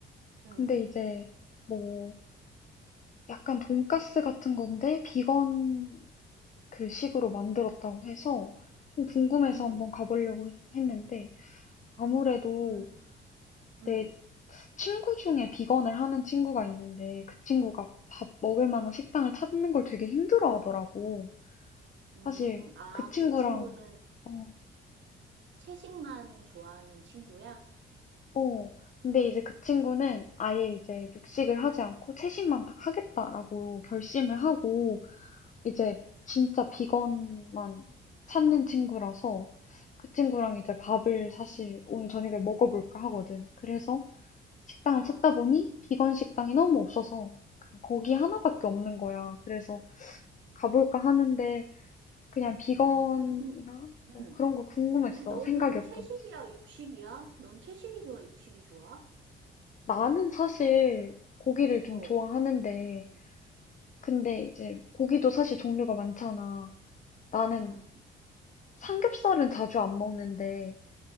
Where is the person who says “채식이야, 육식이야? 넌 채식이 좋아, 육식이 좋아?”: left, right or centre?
Right